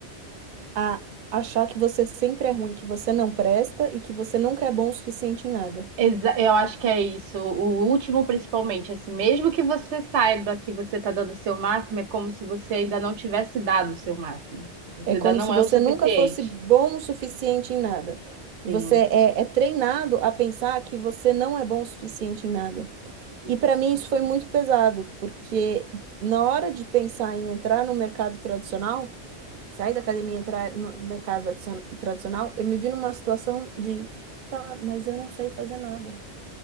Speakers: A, on the right; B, on the right.
A: a achar que você sempre é ruim, que você não presta e que você nunca é bom o suficiente em nada.
B: Exa- eu acho que é isso. O último, principalmente, assim, mesmo que você saiba que você está dando o seu máximo, é como se você ainda não tivesse dado o seu máximo. Você
A: É
B: ainda
A: como
B: não
A: se
B: é
A: você
B: o suficiente.
A: nunca fosse bom o suficiente em nada. Você
B: Sim.
A: é, é treinado a pensar que você não é bom o suficiente em nada. E para mim isso foi muito pesado, porque na hora de pensar em entrar no mercado tradicional, sair da academia e entrar no no mercado tradicion- tradicional, eu me vi numa situação de, tá, mas eu não sei fazer nada.